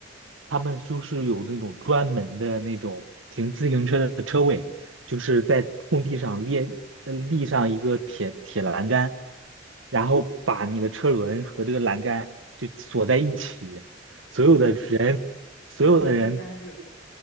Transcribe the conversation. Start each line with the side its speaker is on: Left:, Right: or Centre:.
Right: 他们就是有那种专门的那种停自行车的车位，就是在空地上列呃立上一个铁铁栏杆，然后把你的车轮和这个栏杆就锁在一起，所有的人所有的人
Left: 肯定都这样子，